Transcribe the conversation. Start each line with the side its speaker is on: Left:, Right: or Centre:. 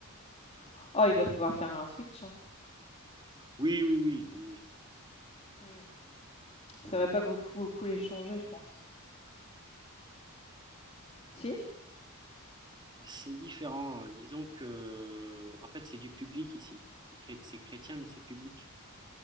Right: ouais.
Left: Oh, ils doivent pouvoir faire un switch, hein.
Right: Oui, oui, oui, oui, oui,
Left: Mm.
Right: oui,
Left: Ça
Right: oui.
Left: va pas beaucoup, beaucoup les changer, je pense. Si?
Right: C'est différent. hein. Disons que, en fait, c'est du public ici. C'est chré- c'est chrétien, mais c'est public.